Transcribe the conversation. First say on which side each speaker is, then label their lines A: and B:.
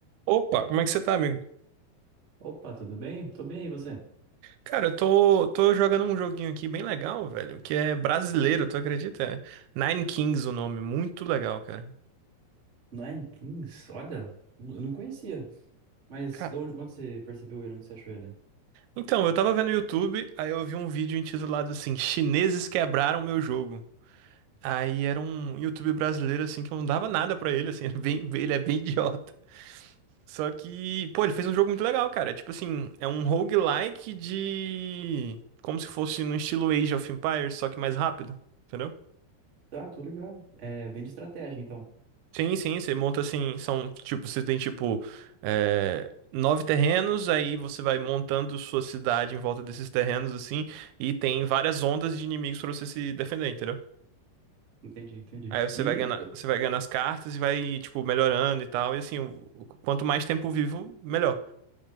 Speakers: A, on the right; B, on the right.
A: Opa, como é que você tá, amigo?
B: Opa, tudo bem? Tô bem, e você?
A: Cara, eu tô, tô jogando um joguinho aqui bem legal, velho, que é brasileiro, tu acredita? É Nine Kings o nome, muito legal, cara.
B: Nine Kings, olha, eu não conhecia. Mas
A: Ca-
B: de onde onde você percebeu ele? Onde você achou ele?
A: Então, eu tava vendo no YouTube, aí eu vi um vídeo intitulado assim, Chineses quebraram meu jogo. Aí era um YouTube brasileiro, assim, que eu não dava nada pra ele, assim, <laughs> ele é bem, ele é bem idiota. Só que, pô, ele fez um jogo muito legal, cara. Tipo assim, é um roguelike de... Como se fosse no estilo Age of Empires, só que mais rápido, entendeu?
B: Tá, tô ligado. É bem de estratégia, então.
A: Sim, sim, você monta assim, são tipo, você tem tipo é, nove terrenos, aí você vai montando sua cidade em volta desses terrenos assim, e tem várias ondas de inimigos pra você se defender, entendeu?
B: Entendi, entendi.
A: Aí você
B: E,
A: vai ganhando, você vai ganhando as cartas e vai tipo melhorando e tal, e assim, o- o- quanto mais tempo vivo, melhor.